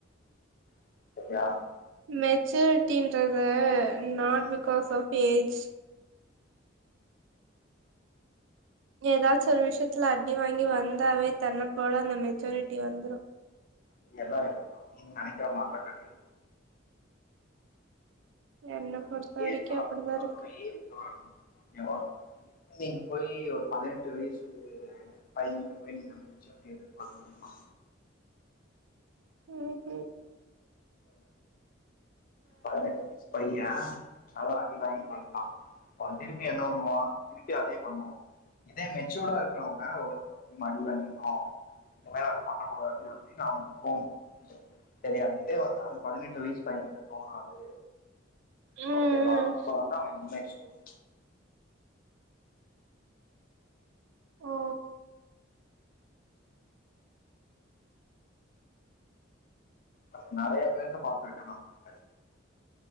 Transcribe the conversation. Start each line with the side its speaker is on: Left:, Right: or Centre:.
Left: <unintelligible>
Right: மெச்சூர்ட்டின்றது நாட்
Left: ம்
Right: பிகாஸ் ஆஃப் ஏஜ் எதாச்சு ஒரு விஷயத்துல அடி வாங்கி வந்தாவே தன்ன போல அந்த மெச்சோரிட்டி வந்துரு
Left: அப்டியல்லா இல்லம்மா நீங்க நெனைக்குற மாரிலா கெடையாது.
Right: என்ன
Left: அது
Right: பொறுத்த
Left: ஒரு
Right: வரைக்கு
Left: ஏஜ் வா
Right: அப்டிதா இருக்கு
Left: அது ஒரு ஏஜ் வரணு ஓகே வா நீங்க போய் ஒரு பதினெட்டு வயசு பையங்கிட்ட போய் நீங்க அந்த மெச்சூரிட்டி எதிர்பார்க்க முடியுமா?
Right: ம்ஹும்
Left: பதுனெட்டு வயசு பைய நல்லா அடி வாங்கிட்டு வந்ட்டா அவன் திருப்பி என்ன பண்ணுவா திருப்பி அதே பண்ணுவா இதே மெச்சூர்டா இருக்குறவங்க ஒரு டைம் அடி வாங்கிட்டோ இனிமேல அது பண்ணக் கூடாது அப்புடின்னு அவனுக்கு தோணு செரியா இதே வந்து அந்த பதினெட்டு வயசு பயங்கிட்ட தோணாது
Right: ம்
Left: ஓகேவா
Right: ம்
Left: அப்ப வந்து அவன் இம்மெச்சூர்
Right: ஓ
Left: நம்ம நெறைய பேருக்கு பாத்துருக்க நம்ம இந்த மாரி